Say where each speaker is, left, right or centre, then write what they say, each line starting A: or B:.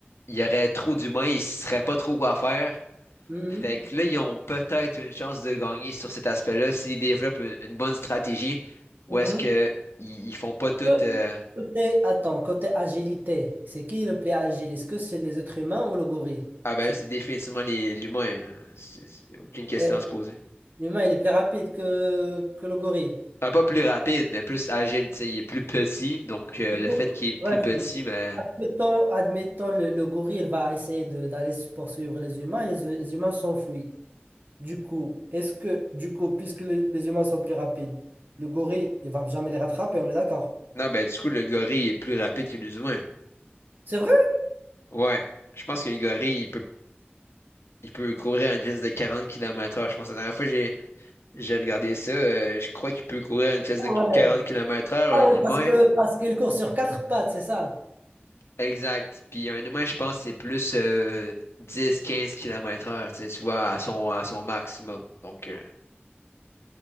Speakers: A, on the left; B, on the right.
A: il y aurait trop d'humains, ils ne sauraient pas trop quoi faire.
B: Mhm.
A: Fait que là, ils ont peut-être une chance de gagner sur cet aspect-là s'ils développent une, une bonne stratégie ou
B: Mhm.
A: est-ce que ils, ils font pas tout
B: Que-
A: euh,
B: Côté, attends, côté agilité, c'est qui le plus agile? Est-ce que c'est les êtres humains ou le gorille?
A: Ah ben
B: C'est-
A: là, c'est définitivement les- l'humain. hein. C'est- c'est Aucune question
B: Euh,
A: à se poser.
B: L'humain, il est plus rapide que, que le gorille.
A: Enfin, pas plus rapide, mais plus agile, tu sais, il est plus petit, donc euh,
B: Du
A: le
B: coup,
A: fait qu'il est plus
B: Vas-y.
A: petit, ben.
B: Admettons, admettons le, le gorille, il va essayer de- d'aller poursuivre les humains et les, les humains s'enfuient. Du coup, est-ce que, du coup, puisque le- les humains sont plus rapides, le gorille, il va jamais les rattraper, on est d'accord?
A: Non, ben du coup, le gorille est plus rapide que les humains.
B: C'est vrai?
A: Ouais. Je pense que le gorille, il peut, il peut courir à une vitesse de 40 kilomètres heure Je pense que la dernière fois, j'ai. J'ai regardé ça, euh, je crois qu'il peut courir à une vitesse
B: Ah
A: de
B: ouais,
A: 40 km heure,
B: Ah
A: un
B: ouais,
A: humain,
B: parce que parce qu'il court sur quatre pattes, c'est ça.
A: exact. Puis un humain, je pense, c'est plus euh, 10-15 km heure, tu sais, tu vois, à son, à son maximum. Donc, euh,